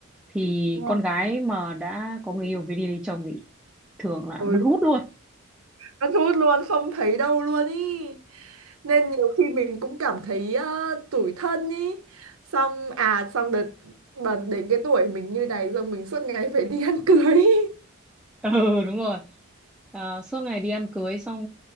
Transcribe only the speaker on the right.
đúng
rồi.
cắt hút luôn không thấy đâu luôn ý nên nhiều khi mình cũng cảm thấy ờ, tủi thân ý xong à xong đợt bần đến cái tuổi mình như này xong mình suốt ngày phải đi ăn cưới <laughs> ý.